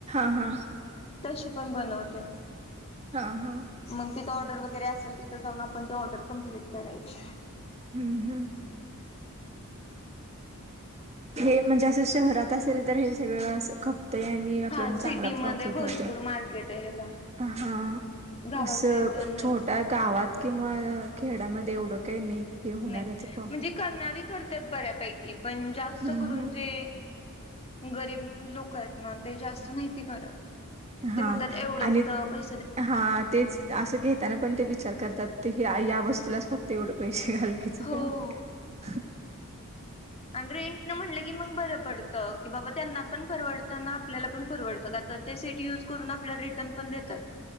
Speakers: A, on the right; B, on the left.
A: ह हा
B: तसे पण बनवते
A: हा हा
B: मग तिथं ऑर्डर वगैरे असेल तिथ जाऊन आपण ऑर्डर कमप्लीट करायची
A: हम्म हम्म हे म्हणजे असं शहरात असेल तर हे सगळं अस खप नी आपल्या
B: हा
A: चांगला
B: सिटीमध्ये
A: प्रॉफिट
B: भरपूर
A: होतोय
B: मार्केट आहे ह्याला
A: हा
B: गावाकडे
A: असं
B: एवढं नाही.
A: छोट्या गावात किंवा खेड्यामध्ये एवढं काही नाही हे होणार
B: नाही
A: याचं प्रॉफिट
B: म्हणजे करणारी करतात बऱ्यापैकी पण जास्त
A: हम्म
B: करून
A: हम्म
B: जे गरीब लोक आहेत ना ते जास्त नाहीती करत
A: हा
B: ते म्हणतात एवढं
A: आणि
B: कुठं पै
A: हा तेच असं घेताना पण ते विचार करतात ते या वस्तूलाच फक्त तेवढं पैसे घालवायचं
B: हो.
A: का ना
B: आणि रेंट न म्हणलं की मग बरं पडतं की बाबा त्यांना पण परवडतना आपल्याला पण परवडतं का ते सीट युज करून आपल्याला रिटर्न पण देतात